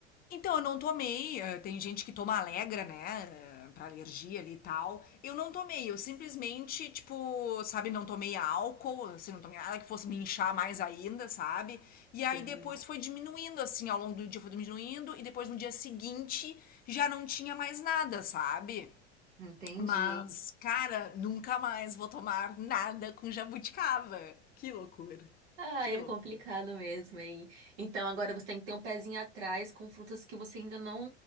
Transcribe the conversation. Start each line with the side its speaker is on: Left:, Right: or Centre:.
Left: Então, eu não tomei. eh, Tem gente que toma Alegra, né? eh, Pra alergia ali e tal. Eu não tomei. Eu simplesmente, tipo, sabe, não tomei álcool, assim, não tomei nada que fosse me inchar mais ainda, sabe? E aí
Right: Sim,
Left: depois foi diminuindo, assim, ao longo do dia foi diminuindo. E depois no dia seguinte já não tinha mais nada, sabe?
Right: entendi.
Left: Mas, cara, nunca mais vou tomar nada com jabuticaba. Que loucura.
Right: Ah,
Left: Que
Right: é
Left: loucura.
Right: complicado mesmo, hein? Então agora você tem que ter um pezinho atrás com frutas que você ainda não